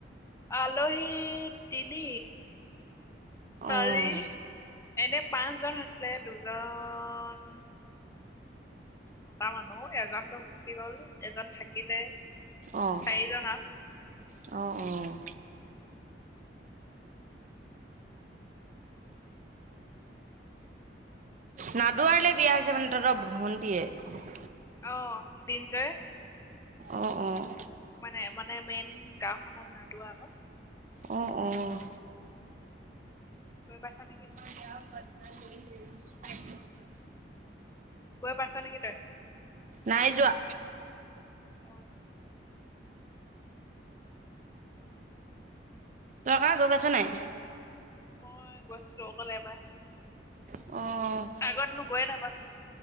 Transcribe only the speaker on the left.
আলহী তিনি, চাৰি
এনে পাঁচজন হৈছিলে, দুজন মতা মানুহ এজনতো গুচি গ'ল, এজন থাকিলে।
এই জনা
অ' দিনজয়।
মানে, মানে মেইন গাওঁখনক নাদোৱা আকৌ।
গৈ পাইছা নেকি?
গৈ পাইছ নেকি তই?
অ
মই গৈছিলোঁ অকল এবাৰহে।
আগতনো গৈয়ে নাই পোৱা চোন।